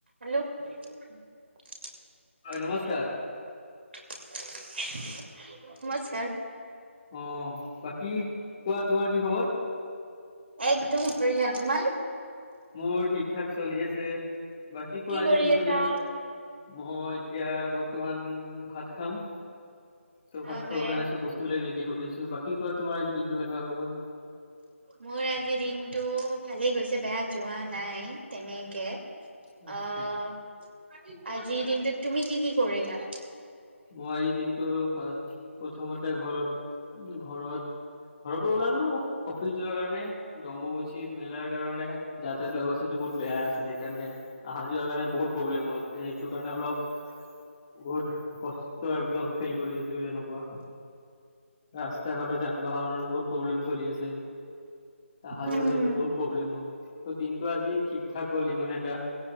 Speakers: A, on the right; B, on the left.
A: Hello? নমস্কাৰ।
B: হয় নমস্কাৰ অ', বাকী কোৱা তোমাৰ কি খবৰ?
A: একদম বঢ়িয়া, তোমাৰ?
B: মোৰ ঠিক ঠাক চলি আছে, বাকী কোৱা
A: কি
B: আজিৰ
A: কৰি
B: দিনটো
A: আছা?
B: কেনত মই এতিয়া বৰ্তমান ভাত খাম। ত' ভাত
A: অকে
B: খাব কাৰণে চব বস্তু বিলাক ৰেডি কৰি আছো, বাকী কোৱা তোমাৰ আজি দিনটো কেনেকুৱা গ'ল?
A: মোৰ আজি দিনটো ভালেই গৈছে বেয়া যোৱা নাই। তেনেকে আহ
B: আচ্ছা
A: আজিৰ দিনটোত তুমি কি কি কৰিলা?
B: মই আজি দিনটো ফা প্ৰথমতে ঘৰ ঘৰত ঘৰৰ পৰা ওলালো অফিচ যোৱাৰ কাৰণে, অম্বুবাচীমেলাৰ কাৰণে। যাতায়াত ব্যৱস্থাটো বহুত বেয়া আছিল এইকাৰণে আহা যোৱা কাৰণে বহুত প্ৰব্লেমল হ'ল, সেইটো কাৰণে অলপ বহুত ক ষ্ট একদম ফিল কৰি আছো যেনেকুৱা। ৰাস্তা-ঘাটৰ, যান-বাহনৰো বহুত প্ৰব্লেম চলি আছে, আহা
A: উম
B: যোৱা বহুত প্ৰব্লেম হ'ল। ত' দিনটো আজি ঠিক ঠাক গল, ইমানে এটা